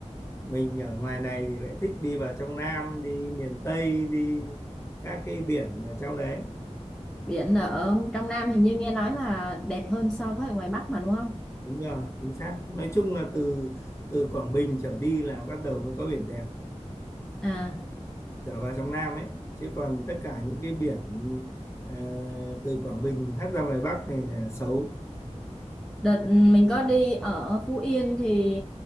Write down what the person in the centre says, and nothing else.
biển ở trong Nam hình như nghe nói là đẹp hơn so với ở ngoài Bắc mà đúng không?
À,
đợt ừ, mình có đi ở Phú Yên thì